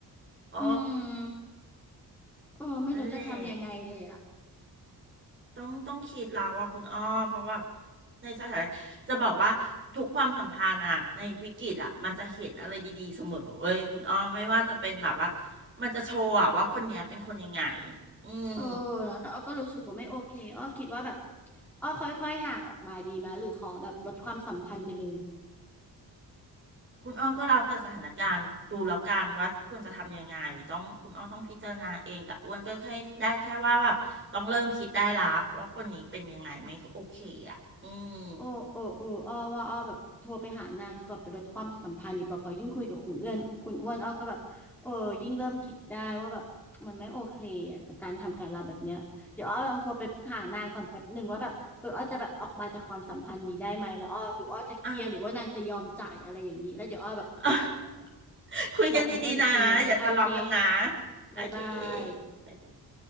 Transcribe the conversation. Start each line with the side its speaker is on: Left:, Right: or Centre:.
Right: โอ้
Centre: อืมเออไม่รู้จะทำยังไงเลยอ่ะ
Right: นั่นแหละ ต้องต้องคิดแล้วว่าคุณอ้อเพราะว่าในสถานจะบอกว่าทุกความสัมพันธ์อะในวิกฤตอะมันจะเห็นอะไรดีๆเสมอเว้ยคุณอ้อไม่ว่าจะเป็นแบบว่ามันจะโชว์อะว่าคนเนี้ยเป็นคนยังไงอืม
Centre: เออนะแต่อ้อก็รู้สึกว่าไม่โอเคอ้อคิดว่าแบบอ้อค่อยๆห่างออกมาดีไหมหรือขอแบบลดความสัมพันธ์ไปเลย
Right: คุณอ้อก็แล้วแต่สถานการณ์ดูแล้วกันว่าควรจะทำยังไงต้องคุณอ้อต้องพิจารณาเองแต่อ้วนก็แค่ได้แค่ว่าแบบต้องเริ่มคิดได้ละว่าคนนี้เป็นยังไงไม่โอเคอะอืม
Centre: โอ้โอ้เอออ้อว่าอ้อแบบโทรไปหานางดีกว่าไปลดความสัมพันธ์ดีกว่าเพอยิ่งคุยกับคุณเอื้อนคุณอ้วนอ้อก็แบบเออยิ่งเริ่มคิดได้ว่าแบบมันไม่โอเคอะกับการทำกับเราแบบเนี้ยเดี๋ยวอ้อลองโทรไปหานางก่อนแป๊บหนึ่งว่าแบบเอออ้อจะแบบออกมาจากความสัมพันธ์นี้ได้ไหมแล้วอ้อหรืออ้อจะเคลียร์หรือว่านางจะยอมจ่ายอะไรอย่างนี้แล้วเดี๋ยวอ้อแบบ
Right: อ่ะ <laughs> <laughs> คุยกันดีๆนะอย่าทะเลาะกันนะ
Centre: บอกคุณอ้วนอีกทีนึงโอเค
Right: โอเค
Centre: บายบาย
Right: บ๊ายบาย